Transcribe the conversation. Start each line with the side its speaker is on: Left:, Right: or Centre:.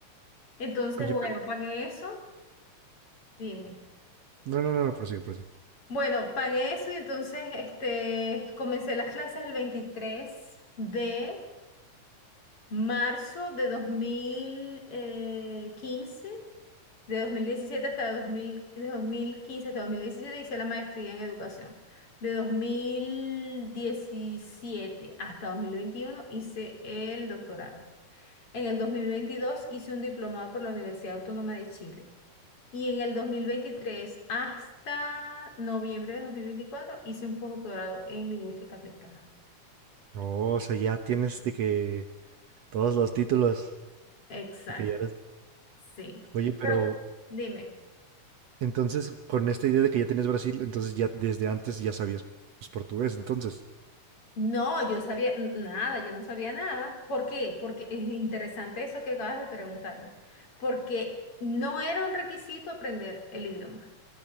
Left: Entonces,
Right: Oye,
Left: bueno,
Right: pero
Left: pagué eso, dime.
Right: No, no, no, no, prosigue, prosigue.
Left: Bueno, pagué eso y entonces este, comencé las clases el 23 de marzo de 2015, de 2017 hasta 2000, de 2015 hasta 2017 hice la maestría en educación. De 2017 hasta 2021 hice el doctorado. En el 2022 hice un diplomado por la Universidad Autónoma de Chile. Y en el 2023 hasta noviembre de 2024 hice un posgrado en lingüística aplicada.
Right: Oh, o sea, ya tienes de que todos los títulos,
Left: Exacto,
Right: de que ya eres-
Left: sí.
Right: Oye, pero
Left: Pero dime,
Right: entonces con esta idea de que ya tienes Brasil, entonces ya desde antes ya sabías pues, portugués, entonces.
Left: no, yo sabía n- nada, yo no sabía nada. ¿Por qué? Porque es interesante eso que acabas de preguntarme. Porque no era un requisito aprender el idioma.